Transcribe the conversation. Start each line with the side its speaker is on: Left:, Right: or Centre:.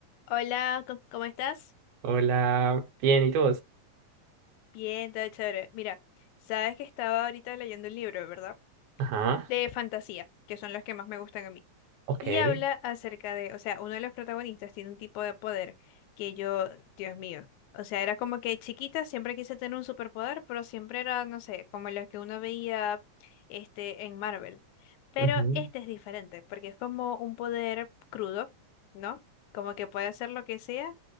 Left: Hola, co- ¿cómo estás?
Right: Hola, bien, ¿y tú?
Left: Bien, todo chévere. Mira, sabes que estaba ahorita leyendo un libro, ¿verdad?
Right: Ajá,
Left: de fantasía, que son los que más me gustan a mí.
Right: ok.
Left: Y habla acerca de, o sea, uno de los protagonistas tiene un tipo de poder que yo, Dios mío, o sea, era como que chiquita siempre quise tener un superpoder, pero siempre era, no sé, como los que uno veía este en Marvel. Pero
Right: ujú.
Left: este es diferente, porque es como un poder crudo, ¿no? Como que puede hacer lo que sea